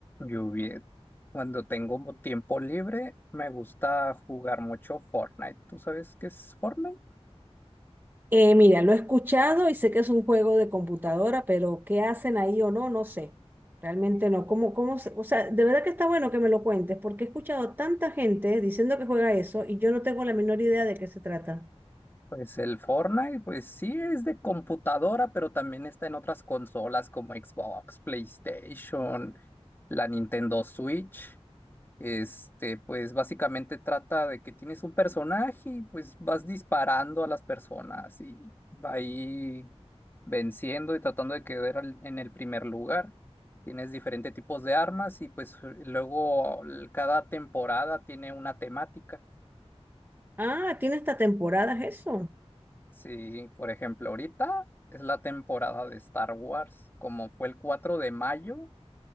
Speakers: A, on the left; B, on the right.
A: Yo bien, cuando tengo mo- tiempo libre, me gusta jugar mucho Fortnite. ¿Tú sabes qué es Fortnite?
B: Eh, mira, lo he escuchado y sé que es un juego de computadora, pero qué hacen ahí o no, no sé. Realmente no. ¿Cómo, cómo se- o sea, de verdad que está bueno que me lo cuentes, porque he escuchado tanta gente diciendo que juega eso y yo no tengo la menor idea de qué se trata.
A: Pues el Fortnite, pues sí es de computadora, pero también está en otras consolas como Xbox, PlayStation, la Nintendo Switch. Este, pues básicamente trata de que tienes un personaje y pues vas disparando a las personas y va ahí venciendo y tratando de quedar al- en el primer lugar. Tienes diferentes tipos de armas y pues luego l- cada temporada tiene una temática.
B: Ah, tiene esta temporada eso.
A: Sí, por ejemplo, ahorita es la temporada de Star Wars, como fue el 4 de mayo.